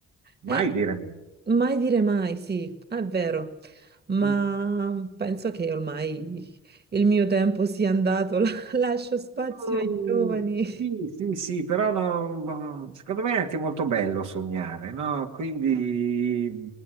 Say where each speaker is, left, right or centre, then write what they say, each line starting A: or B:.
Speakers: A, on the right; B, on the right.
A: Mai
B: Eh,
A: dire
B: mai dire mai, sì, è vero, ma
A: mai.
B: penso che ormai il mio tempo sia andato, <laughs> la- lascio spazio
A: Mm,
B: ai giovani.
A: Sì, sì, sì, però no, no, secondo me è anche molto bello sognare, no? Quindi